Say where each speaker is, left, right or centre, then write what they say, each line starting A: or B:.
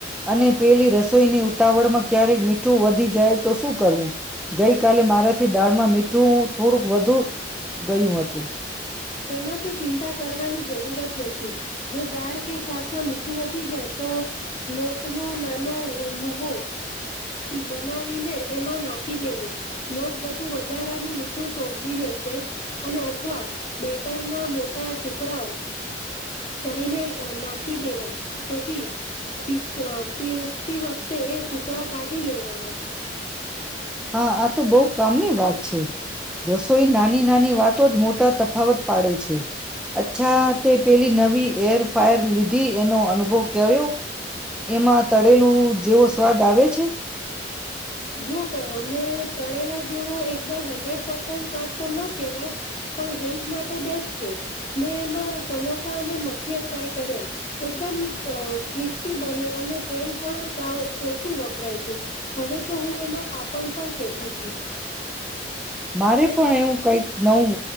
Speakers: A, in the centre; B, on the left.
A: અને પેલી રસોઈની ઉતાવળમાં ક્યારેક મીઠું વધી જાય તો શું કરવું, ગઈ કલે મારાથી દાળમાં મીઠું થોડુંક વધુ ગયું હતું
B: એમાં તો ચિંતા કરવાની જરૂર જ નથી, જો દાળ કે શાકમાં મીઠું વધી જાય તો લોટનો નાનો લુવો બનાવીને એમાં નાખી દેવો, લોટ બધું વધારાનું મીઠું સોસી લેશે અને અથવા બેટર ના મોટા ટુકડા કરીને નાખી દેવા, પછી પ પીરસતી વખતે એ ટુકડા કાઢી લેવાના
A: હા, આ તો બહુ કામની વાત છે, રસોઈ નાની નાની વાતો જ મોટા તફાવત પાડે છે, અચ્છા તે પેલી નવી એર ફાયર લીધી એનો અનુભવ ક્યો, એમાં તળેલું જેવો સ્વાદ આવે છે
B: જોં મેં તળેલા જેવો એકદમ હંડ્રેડ પાસે સ્વાદ તો ન કેહેવાય પણ હેલ્થ માટે બેસ્ટ છે, મેં એમાં સમોસા અને મઠિયા ટ્રાય કર્યા એકદમ ક્રિસ્પી બને અને તેલ પણ સાવ ઓછું વપરાય છે હવે તો હું એમાં પાપડ પણ શેકું છું
A: મારે પણ એવું કંઈક નવું